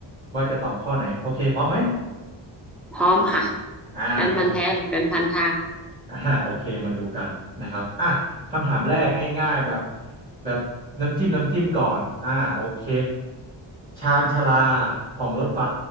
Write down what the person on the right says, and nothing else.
ว่าจะตอบข้อไหนโอเคพร้อมไหม
อ่าโอ
อ่าโอเคมาดูกันนะครับอ่ะคำถามแรกง่ายๆแบบแบบน้ำจิ้มน้ำจิ้มก่อนอ่าโอเคชานชาลาของรถไฟ